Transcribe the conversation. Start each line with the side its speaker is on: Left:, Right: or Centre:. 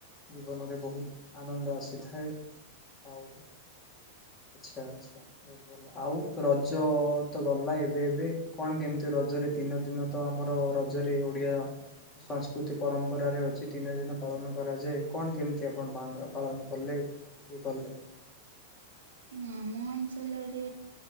Left: ଜୀବନରେ ବହୁତ ଆନନ୍ଦ ଆସିଥାଏ।
Right: <inaudible>
Left: ଆଉ ଆଚ୍ଛା ଆଚ୍ଛା ବହୁତ ଭଲ। ଆଉ ରଜତ ଗଲା ଏବେ ଏବେ କଣ କେମିତି ରଜରେ ଦିନ ଦିନ ତ ଆମର ରଜରେ ଓଡିଆ। ସଂସ୍କୃତି ପରମ୍ପରାରେ ଅଛି ତିନି ଦିନ ପାଳନ କରାଯାଏ କଣ କେମିତି ଆପଣ ପାନ ପାଳନ କଲେ? କି କଲେ।
Right: ଆମ ଅଞ୍ଚଲରେ